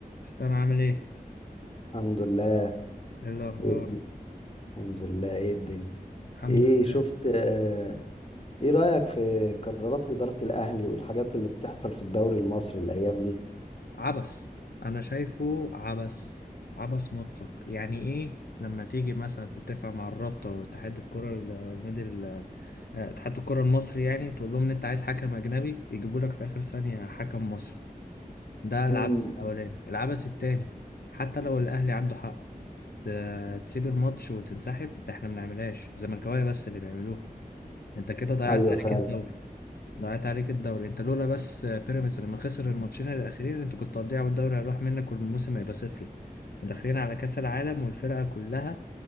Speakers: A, on the left; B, on the left.
A: استنى عامل ايه
B: الحمد لله
A: ايه الاخبار
B: ايه الد- الحمد لله ايه الدنيا
A: الحمد
B: ايه
A: لله
B: شفت آه، ايه رأيك في قرارات إدارة الأهلي والحاجات اللي بتحصل في الدوري المصري الأيام دي
A: عبس انا شايفه عبس عبس مطلق يعني ايه لما تيجي مثلا تتفق مع الرابطه واتحاد الكره ال- النادي ال- آه، اتحاد الكره المصري يعني تقول لهم ان انت عايز حكم اجنبي يجيبوا لك في اخر ثانيه حكم مصري ده
B: مم.
A: العبث الاولاني العبث التاني حتى لو الاهلي عنده حق ت- تسيب الماتش وتنسحب ده احنا ما بنعملهاش الزملكاويه بس اللي بيعملوها انت كده ضيعت
B: ايوه
A: عليك
B: فعلا
A: الدوري ضاعت عليك الدوري انت لولا بس بيراميدز لما خسر الماتشين الاخيرين انت كنت هتضيع والدوري هيروح منك والموسم هيبقى صفري وداخلين على كاس العالم والفرقه كلها